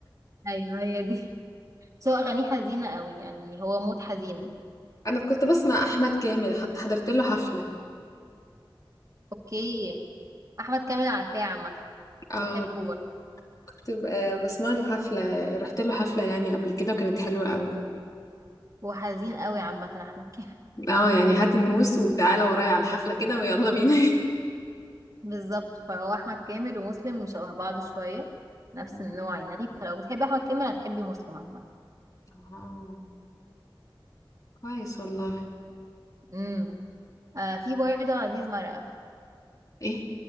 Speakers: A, on the right; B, on the left.
A: أيوه هي دي بس هو أغانيه حزينة قوي يعني هو مود حزين
B: <laughs> انا كنت بسمع احمد كامل حتى حضرت له حفله
A: أوكي أحمد كامل عارفاه عامة
B: اه
A: بحبه برضه
B: كنت ب- بسمع له حفله رحت له حفله يعني قبل كده وكانت حلوه قوي
A: هو حزين قوي عامة أحمد كامل
B: اه يعني هات الموس وتعالى ورايا على الحفله كده ويلا بينا <laughs>
A: <laughs> بالظبط فهو أحمد كامل ومسلم شبه بعض شوية نفس
B: مم.
A: النوع يعني فلو بتحبي أحمد كامل هتحبي مسلم عامة
B: اه كويس والله
A: امم آه في برضه عزيز مرقة
B: ايه